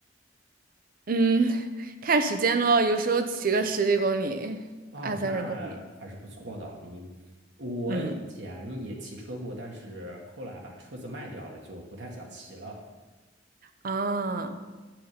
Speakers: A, on the right; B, on the right.
A: 嗯，<laughs> 看时间咯，有时候骑个十几公里，
B: 哦，
A: 二三十公里。
B: 那还是不错的。你，我以前也骑车过，
A: 嗯
B: 但是后来把车子卖掉了，就不太想骑了。
A: 啊，